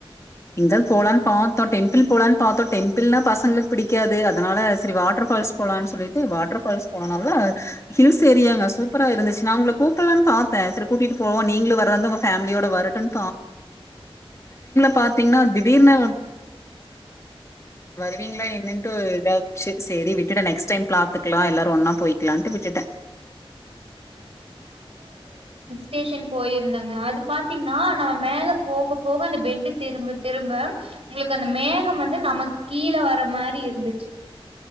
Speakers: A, on the left (about 30°); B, on the right (about 75°).
A: எங்கயாது போலான்னு பாத்தோ டெம்பிள் போலான்னு பாத்தோ டெம்பிள்னா பசங்களுக்கு பிடிக்காது அதனால சரி வாட்டர்ஃபால்ஸ் போலான்னு சொல்லிட்டு வாட்டர்ஃபால்ஸ் போனனால ஹில்ஸ் ஏரியாங்க சூப்பரா இருந்துச்சு நா உங்களக் கூப் டலானு பாத்தேன் சரி கூட்டிட்டு போவோ நீ நீங்களு வரதாருந்தா உங்க ஃபேமிலியோட வரட்டுன் பாத்தீங்கன்னா திடீர்னு ப்பிங்களா என்னன்ட்டு ஒரு இதாச்சு சரி விட்டுட்ட நெக்ஸ்ட் டைம் பாத்துக்லா எல்லாரு ஒன்னா போயிக்கலான்ட்டு விட்டுட்டே
B: வெகேஷன் போயிருந்தங்க அது பாட் தீங்னா நம்ம மேல போக போ அப்போ அந்த பெண்டுக் திரும்ப திரும்ப உங்களுக் அந் அந்த மேகம் வந்து நமக் கீழ வர மாரி இருந்து